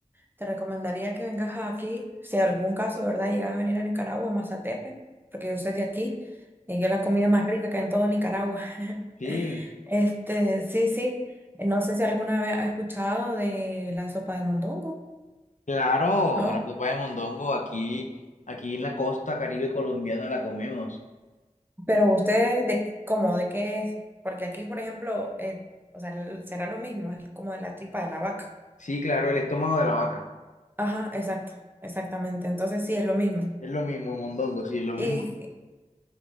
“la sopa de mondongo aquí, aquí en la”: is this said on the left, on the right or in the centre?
Left